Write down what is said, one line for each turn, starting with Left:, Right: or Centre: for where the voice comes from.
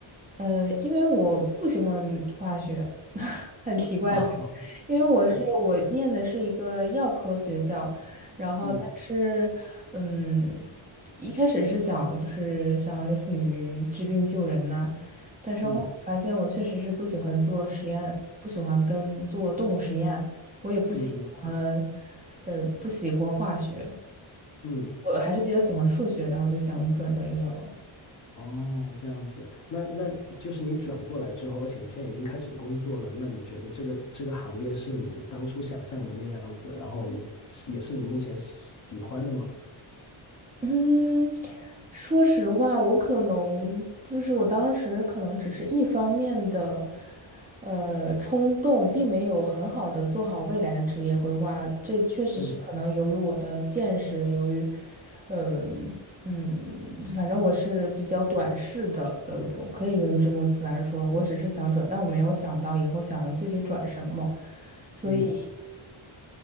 Right: 呃，因为我不喜欢化学，<laughs> 很奇怪吧？
Left: <laughs> 啊，
Right: 因为我是我念的是一个药科学校，然后但是，
Left: 嗯。
Right: 嗯，一开始是想就是像类似于治病救人呐、但是后来发现我确实是不喜欢做实验，
Left: 嗯
Right: 不喜欢跟做动物实验，我也不喜欢，
Left: 嗯嗯
Right: 呃，不喜欢化学，
Left: 嗯，
Right: 我还是比较喜欢数学，然后就想转专业了。
Left: 哦，这样子，那那就是你转过来之后，而且你现在已经开始工作了，那你觉得这个这个行业是你当初想象的那样子，然后也也是你目前喜喜欢的吗？
Right: 嗯，说实话，我可能就是我当时可能只是一方面的，呃，冲动，并没有很好的做好未来的职业规划。这确实是可能由于我的见识，
Left: 嗯
Right: 由于，呃，嗯，反正我是比较短视的，呃，可以用这么词来说，我只是想转，但我没有想到以后想要具体转什么。所以。
Left: 嗯